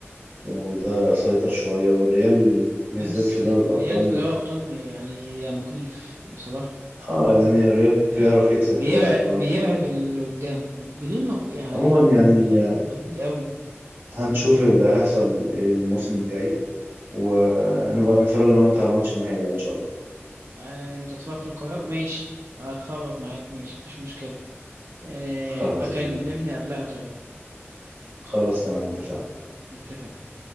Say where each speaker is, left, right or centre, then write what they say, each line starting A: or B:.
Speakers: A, on the right; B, on the right.
A: وده سيطر شوية والريال بالذات
B: لا بس
A: في دوري
B: الريال
A: الأبطال
B: في دوري الأبطال بي- يعني مخيف بصراحة
A: اه يعني الريال
B: إيه،
A: بيعرف يكسب
B: بيرعب
A: في دوري الأبطال
B: بيرعب اللي قدامه بدون ما يعني
A: عموما يعني
B: بدون مجهود قوي
A: هنشوف اللي هيحصل إيه الموسم الجاي ونبقى نتفرج انا وانت على ماتش النهائي بقى ان شاء الله
B: آه، انت تتفرج في القاهرة ماشي اتفرج معاك ماشي مفيش مشكلة آه،
A: خلاص
B: بكلمني
A: تمام
B: قبلها طيب
A: خلاص تمام اتفقنا
B: اتفقنا